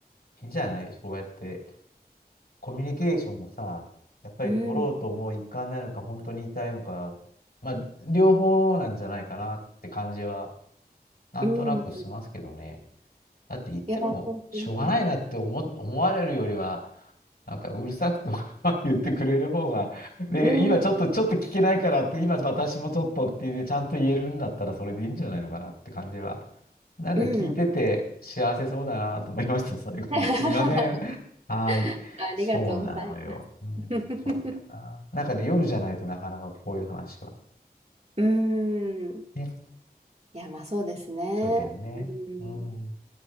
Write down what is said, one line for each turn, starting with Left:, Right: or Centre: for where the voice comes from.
Left: いいんじゃないそうやってコミュニケーションをさ、やっぱり取ろうともう一貫なのか、
Right: うん。
Left: 本当に言いたいのか、まあ、両方なんじゃないかなって感じは、なんとなくしますけどね。
Right: うん。い
Left: だって言っても、
Right: や、本当に。
Left: しょうがないなって思、思われるよりは、なんかうるさくても <laughs> まあ言ってくれる方が、で、
Right: うん。
Left: 今ちょっと、ちょっと聞けないからって、今私もちょっとっていうで、ちゃんと言えるんだったらそれでいいんじゃないのかなって感じは。なんか聞いてて幸せそうだなと思いました、
Right: うん。
Left: <laughs> 最後に。
Right: <laughs>
Left: すいません。はーい。
Right: ありがとうございます。
Left: そうなのよ。うん、
Right: <laughs>
Left: そうだよな。
Right: う
Left: なんかね、夜じゃないとなかなかこういう話は。
Right: ーん。
Left: ね、
Right: いや、まあそうですね。
Left: そうだよね。
Right: うーん。
Left: うん。
Right: い